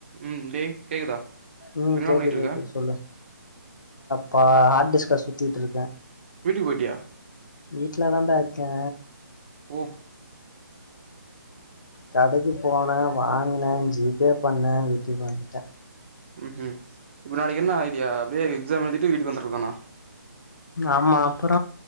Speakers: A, on the right; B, on the left.
A: உம் டேய் கேக்குதா
B: உம்
A: இப்ப என்னடா
B: கேக்குது
A: பண்ணிட்டு இருக்க
B: கேக்குது சொல்லு ப ஹாட்டிஸ்கஸ் சுத்திட்டு இருக்க
A: வீட்டுக்கு போய்ட்டியா
B: வீட்டு்லதான்டா இ க
A: ஓஹ்
B: கடைக்கு போனே வாங்கினே ஜிபே பண்ணே வீட்டுக்கு வந்துட்டே
A: ம் ம் இப்ப நாளைக்கு என்ன ஐடியா அப்படியே எக்ஸாம் எழுதிட்டு வீட்டுக்கு வந்துடுறது தானா
B: ஆமா அப்புற